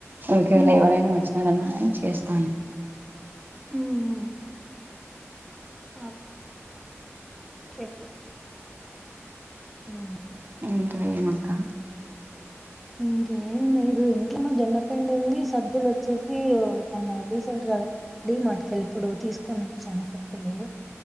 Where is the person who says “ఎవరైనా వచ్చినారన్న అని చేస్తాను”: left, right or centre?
Right